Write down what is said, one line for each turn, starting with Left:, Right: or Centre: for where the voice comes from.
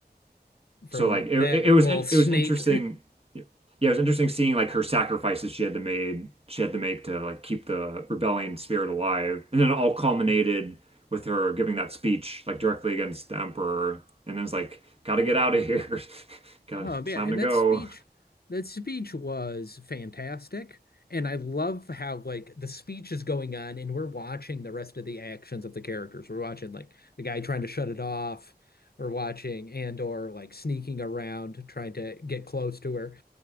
Left: from
Right: So like it
Left: that
Right: it was
Left: little
Right: in,
Left: snake.
Right: it was interesting. Yeah, it was interesting seeing like her sacrifices she had to made she had to make to like keep the rebellion spirit alive, and then it all culminated
Left: <laughs>
Right: with her giving that speech like directly against the emperor, and then it's like gotta get out of here, <laughs> gotta
Left: Oh man,
Right: it's time
Left: and
Right: to go.
Left: that speech, that speech was fantastic. And I love how like the speech is going on and we're watching the rest of the actions of the characters. We're watching like the guy trying to shut it off. We're watching Andor like sneaking around trying to get close to her.